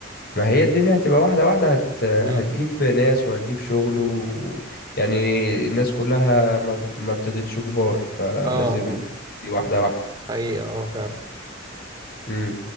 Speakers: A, on the left; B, on the right.
A: ما هي الدنيا هتبقى واحدة واحدة هت... هتجيب
B: امم
A: ناس وهتجيب شغل و... يعني الناس كلها ما, ما ابتدتش كبار فلازم
B: اه اه
A: تبتدي واحدة واحدة
B: حقيقة اه فعلا
A: مم.